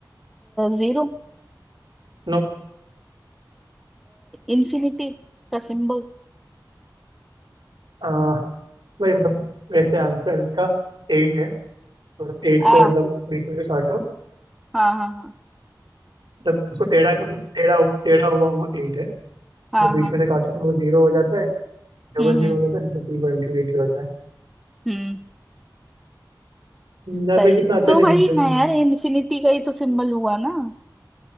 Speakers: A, in the centre; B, on the right (about 75°).
A: जीरो
B: नो
A: इन्फिनिटी का सिंबल
B: <laughs> भाई मतलब वैसे आंसर इसका एट है और एट
A: आ
B: को मतलब बीच में से काटो
A: हाँ हाँ हाँ
B: मतलब उसको टेढ़ा कर टेढ़ा टेढ़ा हुआ हुआ एट है मतलब
A: हाँ
B: बीच
A: हाँ
B: में से काटो तो वो जीरो हो जाता है डबल
A: हम्म
B: जीरो
A: हम्म
B: हो जाता है मतलब फिर इंफिनिटी होता है
A: हम्म
B: न,
A: सही
B: मैं कितना
A: है।
B: अच्छे
A: तो
B: से
A: वही
B: हिंट दे रहा
A: ना
B: हूँ
A: यार इन्फिनिटी का ही तो सिंबल हुआ ना